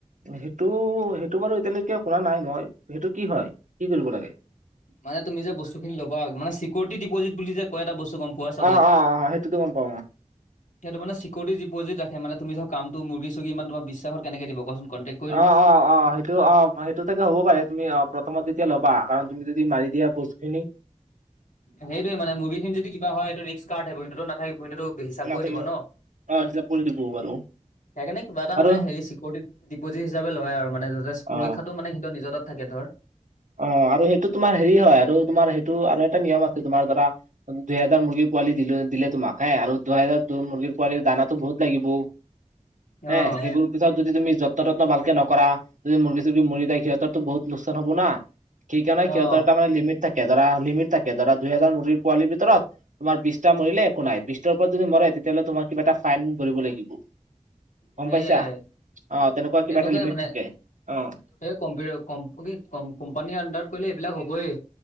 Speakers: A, on the right; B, on the left.
A: সেইটো, সেইটো বাৰু এতিয়ালৈকে কৰা নাই মই সেইটো কি হয় কি কৰিব লাগে?
B: মানে তুমি যে বস্তু খিনি লবা মানে চিকিউৰিটি ডিপজিট বুলি যে কয় এটা বস্তু গম পোৱাই চাগৈ?
A: অ অ অ সেইটোতো গম পাও অ।
B: সেইটো মানে চিকিৰতি ডিপজিত ৰাখে তুমি ধৰা কামটো মুৰ্গী সুৰ্গী মানে তোমাক বিশ্বাস কেনেকে দিব কোৱা চোন কনতেক
A: অ অ অ সেইটো অ সেইটো থাকিলে হ'ব পাৰে তুমি অ প্ৰ- থমত যেতিয়া ল'বা কাৰণ তুমি যদি মাৰি দিয়া বস্তুখিনি।
B: সেইটোৱে মানে মুৰ্গী খিনি যদি কিবা হয় এইটো ৰিস্ক কাৰ থাকিব সিহঁতৰ তো নাথাকিবই ন টো হিচাপ
A: নাথাকিব
B: কৰি দিব ন।
A: হিচাপ কৰি দিব বাৰু।
B: সেইকাৰে কিবা এটা
A: আৰু
B: মানে হেৰি চিকৰিটিত ডিপজিট হিচাপে লয় আৰু মানে যাতে সুৰক্ষাটো
A: অ
B: মানে সিহঁতৰ নিজৰ তাত থাকে ধৰ।
A: অ আৰু সেইটো তোমাৰ হেৰি হয় আৰু তোমাৰ সেইটো আৰু এটা নিয়ম আছে তোমাৰ ধৰা দুহেজাৰ মুৰ্গী পোৱালি দিলো, দিলে তোমাক হে আৰু দুহেজাৰ টো মুৰ্গীৰ পোৱালীৰ দানাটো বহুত লাগিব হে
B: অ',
A: সেইবোৰ পিছত যদি তুমি যত্ন তত্ন ভালকে নকৰা, যদি মুৰ্গী চুৰ্গী মৰি যায় সিহঁতৰো বহু লোকচান হ'ব না। সেই কাৰণে সিহঁতৰ
B: অ',
A: এটা মানে লিমিট থাকে ধৰা লিমিট থাকে ধৰা দুইেজাৰ মুৰ্গী পোৱালিৰ ভিতৰত তোমাৰ বিছটা মৰিলে একো নাই। বিছ ত ওপৰত যদি মৰে তেতিয়াহলে তোমাৰ কিবা এটা ফাইন ভৰিব লাগিব- গম
B: সেইয়াই
A: পাইছা, অ তেনেকুৱা
B: তেনেকুৱাই
A: কিবা এটা লিমিট
B: মানে
A: থাকে, অ।
B: এই কম্পিতা কম্প কি কম কোম্পানীৰ আণ্ডাৰত কৰিলে এইবিলাক হ'বয়েই।